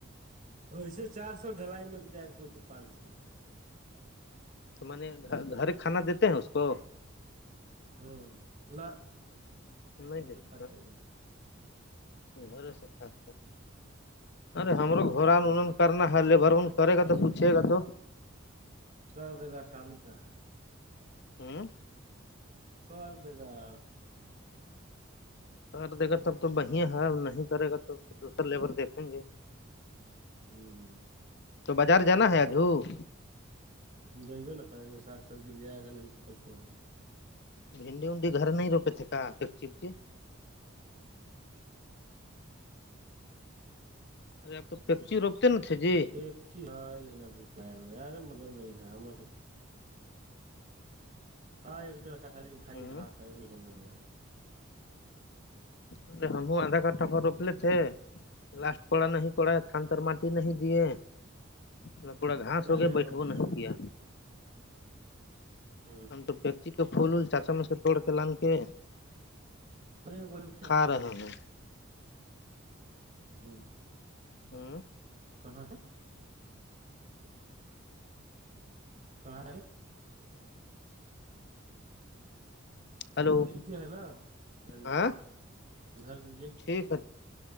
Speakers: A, on the right (about 40°); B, on the left (about 60°).
A: ایسے چار سو ڈھلائی میں جائے کوئی تو پانچ سو
B: تو میں نے گھر کھانا دیتے ہیں اس کو
A: ہوں نہ
B: سم
A: گھر سے
B: دیتے
A: کھا کے لا
B: گھر سےفف ارے ہمرو
A: ہ
B: گوران انہوں نے کرنا ہے لیبر ون کرے گا تو پوچھے گا تو
A: کر دے گا کام کہ ہے
B: ہوں
A: کار کاہ
B: کر دے گا تب تو وہیا ہے نہیں کرے گا تو دوسر لیبر دیکھیں گے-
A: ہاں-
B: تو بازار جانا ہے آج ہ-
A: ہم دبے نا کریں گے سا سبزی لے آئے گا نہیں تو کچھ ہوگا-
B: بھنڈی ہنڈی گھر نہیں روپے تھے کا پک چکی- ارے آب تو پیکچی روپتے نا تھے جی-
A: ایک چیز لیکن ابھی کھیا نہیں ارے مگر نہیں ہے ہم ہاں ایک کاٹھا لیکن خالی
B: ارے
A: گاس ہے انہیں ہے بڑھیاں
B: ارے ہم آدھا گھٹ پر روک لیے تھے لاسٹ کوڑا نہیں پڑا ہے تھان تر مٹی نہیں دیے مب پورا گھاس
A: نہیں
B: ہو کے
A: ہے
B: بیٹھو
A: بڑھیا
B: نہیں کیا
A: ہ
B: ہم تو پچی تو فولل چاچا میں سے توڑ کے لان کے
A: پ کوئی کھیل
B: کھا
A: کر-
B: رہے ہیں
A: ہ
B: ہوں
A: کہاں تھا سار
B: ہلو
A: ٹھیک ہے نا دھر
B: ہاں
A: دھر دیجیے-
B: ٹھیک ہے